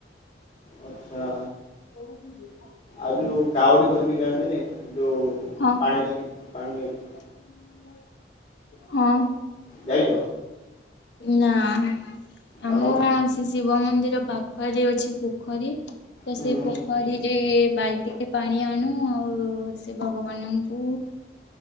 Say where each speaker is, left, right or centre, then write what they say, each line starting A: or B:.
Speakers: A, on the left; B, on the left.
A: ଆଚ୍ଛା।
B: <unintelligible>
A: ଆଉ ଯୋଉ କାଉଡି ଧରିକି ଯାଆନ୍ତିନି ଯୋଉ
B: ହଁ
A: ପାଣି ଧରିକି ପାଣିନେଇକି।
B: <inaudible> ହଁ।
A: ଯାଇଛ
B: ନାଁ ଆମ
A: ଆଉ
B: ଶି ଶିବ ମନ୍ଦିର ପାଖରେ ଅଛି ପୋଖରୀ ତ
A: ହୁଁ
B: ସେଇ ପୋଖରୀ ଏ ବାଲ୍ଟିଟେ ପାଣି ଆଣୁ ଆଉ ଶିଵ ଭଗବାନଙ୍କୁ